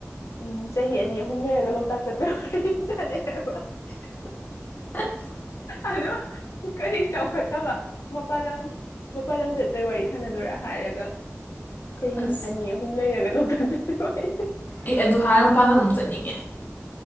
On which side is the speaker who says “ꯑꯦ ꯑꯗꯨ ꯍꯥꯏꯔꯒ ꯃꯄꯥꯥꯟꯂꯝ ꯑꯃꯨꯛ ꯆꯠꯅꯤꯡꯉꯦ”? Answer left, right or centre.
Left